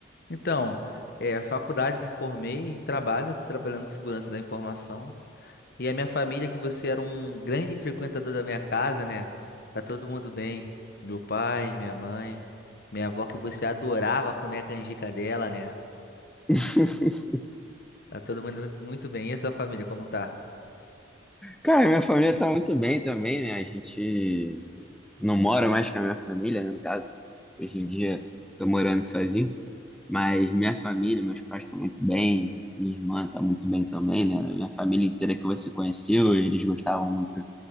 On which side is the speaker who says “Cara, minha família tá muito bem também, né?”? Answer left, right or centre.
Centre